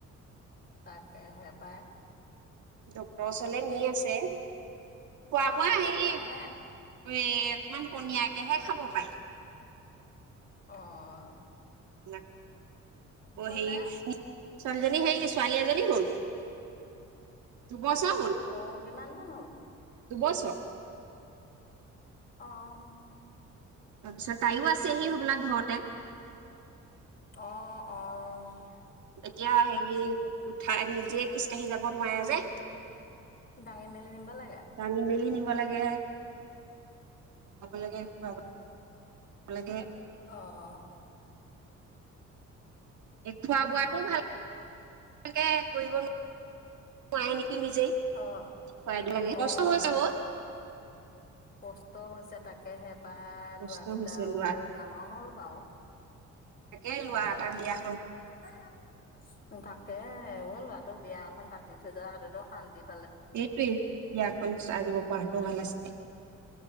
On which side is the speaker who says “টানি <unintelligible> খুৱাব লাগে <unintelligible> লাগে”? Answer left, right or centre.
Right